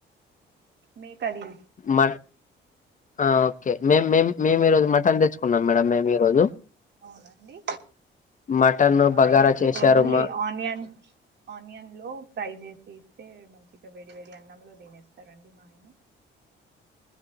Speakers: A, on the right (about 60°); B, on the left (about 40°).
A: మీ కలి
B: మట్ ఆ ఓకే మేం మేం మేము ఈరోజు మటన్ తెచ్చుకున్నాం మేడం మేము ఈరోజు
A: అవునండి
B: మటన్
A: మా
B: బగారా
A: ఆయనకి
B: చేశారు
A: ఓన్లీ
B: మా
A: ఆనియన్ ఆనియన్లో ఫ్రై చేసి అయితే మంచిగా వేడివేడి అన్నంలో తినేస్తారండి మా ఆయన